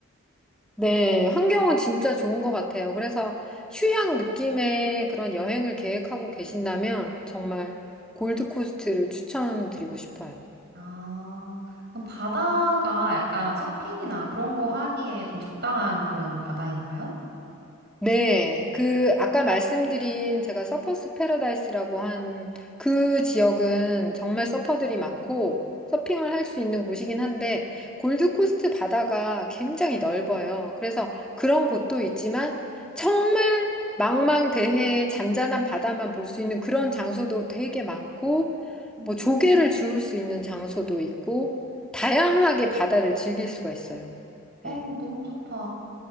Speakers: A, in the centre; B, on the right.
A: 네, 환경은 진짜 좋은 것 같아요. 그래서 휴양 느낌의 그런 여행을 계획하고 계신다면 정말 골드코스트를 추천드리고 싶어요.
B: <laughs> 아, 그럼 바다가 약간 서핑이나 그런 거 하기에 좀 적당한 그런 바다인가요?
A: 네, 그 아까 말씀드린 제가 서퍼스 패러다이스라고 한 그 지역은 정말 서퍼들이 많고 서핑을 할 수 있는 곳이긴 한데 골드코스트 바다가 굉장히 넓어요. 그래서 그런 곳도 있지만 정말 망망대해의 잔잔한 바다만 볼 수 있는 그런 장소도 되게 많고
B: 음,
A: 뭐 조개를 주울 수 있는 장소도 있고 다양하게 바다를 즐길 수가 있어요.
B: 어,
A: 네.
B: 너무 좋다.